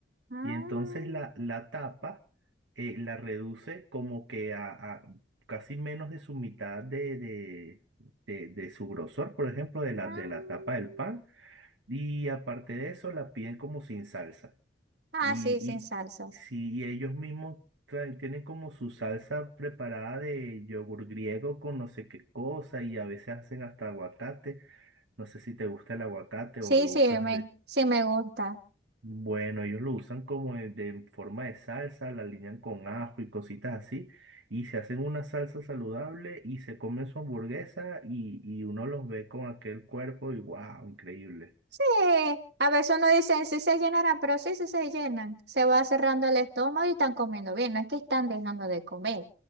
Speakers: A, on the right; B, on the right.
A: Ah,
B: Y entonces la, la tapa eh, la reduce como que a, a casi menos de su mitad de, de, de- de su grosor, por ejemplo, de la,
A: ah,
B: de la tapa del pan. Y aparte de eso, la piden como sin salsa.
A: ah,
B: Y,
A: sí, sin salsas.
B: y si ellos mismos traen- tienen como su salsa preparada de yogur griego con no sé qué cosa, y a veces hacen hasta aguacate. No sé si te gusta el aguacate
A: Sí,
B: o lo
A: sí,
B: usas
A: me, sí me gusta.
B: bueno, ellos lo usan como de, de forma de salsa, la alinean con ajo y cositas así, y se hacen una salsa saludable y se comen su hamburguesa y, y uno los ve con aquel cuerpo y wow, increíble.
A: Sí, a veces uno dice, sí se llenarán, pero sí, sí se llenan. Se va cerrando el estómago y están comiendo bien, no es que están dejando de comer.